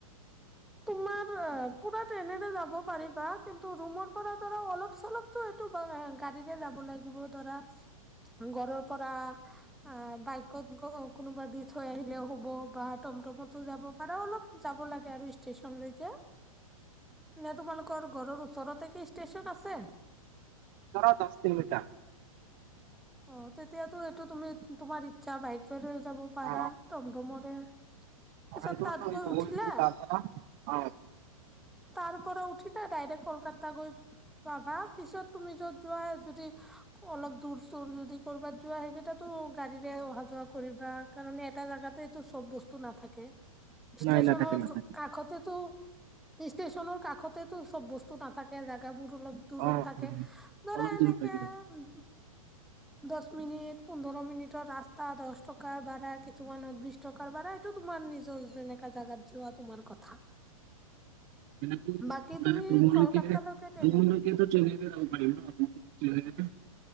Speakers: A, in the centre; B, on the right.
A: তোমাৰ পুৰা ট্ৰেইনেৰে যাব পাৰিবা কিন্তু ৰুমৰ পৰা ধৰা অলপ চলপতো টো বা গাড়ীৰে যাব লাগিব ধৰা। ঘৰৰ পৰা আ বাইকত <unintelligible> কোনোবা দি থৈ আহিলে হ'ব বা টমটমতো যাব পাৰা। অলপ যাব লাগে আৰু ষ্টেচন লৈকে নে তোমালোকৰ ঘৰৰ ওচৰতে কি ষ্টেচন আছে।
B: ধৰা দহ কিলোমিটাৰ।
A: অ তেতিয়াতো এইটো তুমি তোমাৰ ইচ্ছা বাইকেৰে যাব পাৰা
B: অ
A: টমটমৰে। <inaudible>
B: <unintelligible>
A: তাত গৈ উঠিলা তাৰ পৰা উঠিলা ডাইৰেক্ট কলকাতা গৈ পাবা পিছত তুমি যত যোৱা যদি অলপ দূৰ চুৰ যদি কৰবাত যোৱা সেইকেইটাতো গাড়ীৰে অহা যোৱা কৰিবা কাৰণ এটা জাগাতেটো চব বস্তু নাথাকে।
B: নাই
A: ষ্টেচনৰ
B: নাথাকে নাথাকে
A: কাষতেটো। ষ্টেচনৰ কাষতেতো চব বস্তু নাথাকে জোগাবোৰ অলপ দূৰত
B: অ
A: থাকে
B: উম।
A: ধৰা
B: অলপ
A: এনেকে
B: দূৰত থাকিব
A: উম।
B: <inaudible>
A: দহ মিনিট পোন্ধৰ মিনিটৰ ৰাস্তা দহ টকা ভাড়া কিছুমানৰ বিছ টকাৰ ভাড়া এইটো তোমাৰ নিজৰ যেনেকা জাগাত যোৱা তোমাৰ কথা।
B: <unintelligible>
A: বাকী
B: কিন্তু
A: তুমি
B: চেন্নাই
A: কলকাতালৈকে
B: ৰে
A: ট্ৰেইনত
B: যাব পাৰিব ন চেন্নাইৰ।